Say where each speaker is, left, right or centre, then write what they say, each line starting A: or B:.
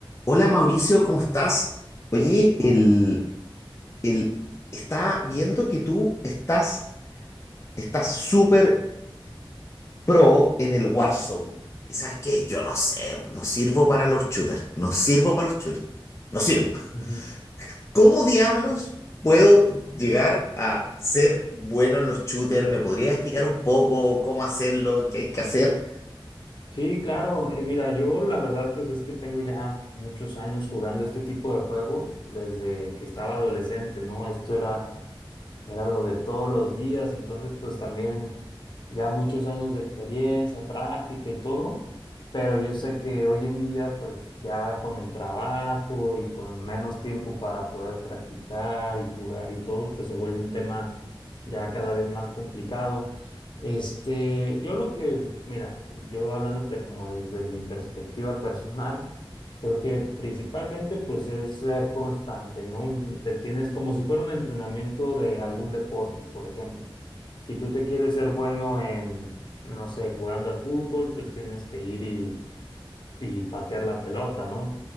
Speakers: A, on the left; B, on the left.
A: Hola Mauricio, ¿cómo estás?
B: Hola,
A: Oye,
B: Germán.
A: el, el, está viendo que tú estás estás súper pro en el Warzone. ¿Y sabes qué? Yo no sé, no sirvo para los shooters, no sirvo para los shooters, no sirvo.
B: Ujú.
A: <laughs> ¿Cómo diablos puedo llegar a ser bueno en los shooters? ¿Me podrías explicar un poco cómo hacerlo, qué hay que hacer?
B: Sí, claro. eh, mira, yo la verdad pues es que tengo ya muchos años jugando este tipo de juegos desde que estaba adolescente, ¿no? Esto era era lo de todos los días, entonces pues también ya muchos años de experiencia, práctica y todo, pero yo sé que hoy en día pues ya con el trabajo y con menos tiempo para poder practicar y jugar y todo, pues se vuelve un tema ya cada vez más complicado. Este, yo lo que, mira, yo hablándote como desde mi perspectiva personal, Creo que principalmente pues es ser constante, ¿no? Te tienes como si fuera un entrenamiento de algún deporte, por ejemplo. Si tú te quieres ser bueno en, no sé, jugando al fútbol, pues tienes que ir y, y patear la pelota, ¿no?